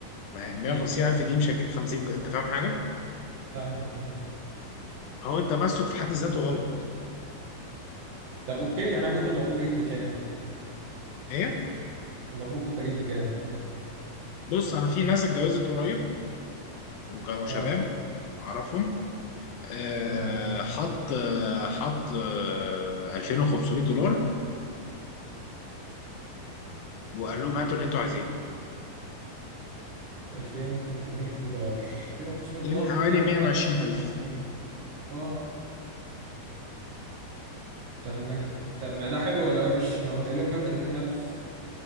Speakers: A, on the left; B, on the right.
A: ما هي 150
B: اكيد طبعا
A: الف دي مش هتجيب 50 جرام انت فاهم حاجه
B: فاهمك فاهم
A: هو التمسك في حد ذاته غلط
B: طب اوكي يعني انا كنت المفروض اجيب بكام
A: ايه
B: المفروض كنت اجيب بكام
A: بص انا في ناس اتجوزت قريب وكانوا شباب
B: اه
A: اعرفهم آه
B: تمام
A: حط آه حط آه 2500 دولار وقال لهم هاتوا اللي انتوا عايزينه
B: 2500 دولار 2500 دولار
A: يعني حوالي
B: دول يعني
A: 120000
B: 125 جنيه اه طب ما طب ما ده حلو ولا وحش؟ ما انا قلت لهم 130 ألف